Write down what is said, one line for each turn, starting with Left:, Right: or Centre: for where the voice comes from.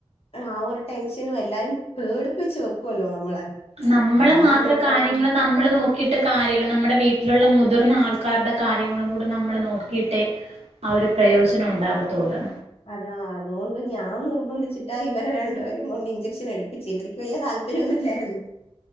Left: ആ ഒരു ടെൻഷനും എല്ലാരും പേടിപ്പിച്ച് വെക്കുവല്ലോ നമ്മളെ.
Right: നമ്മള്
Left: എന്തായാലും
Right: മാത്ര
Left: എടുക്കണം
Right: കാര്യങ്ങള് നമ്മള് നോക്കിട്ട് കാര്യല്ല നമ്മുടെ വീട്ടിലുള്ള മു മുതിർന്ന ആൾക്കാരുടെ കാര്യങ്ങളും കൂടെ നമ്മൾ നോക്കിയിട്ടേ ആ ഒരു പ്രയോജനം ഉണ്ടാവത്തുള്ളൂ.
Left: അതാ അതുകൊണ്ട് ഞാൻ നിർബന്ധിച്ചിട്ടാ ഇവരെ രണ്ടുപേരും കൊണ്ട് ഇഞ്ചെക്ഷൻ എടുപ്പിച്ച് ഇവർക്ക് വല്യ താൽ...... താല്പര്യൊന്നുല്ലായിരുന്ന്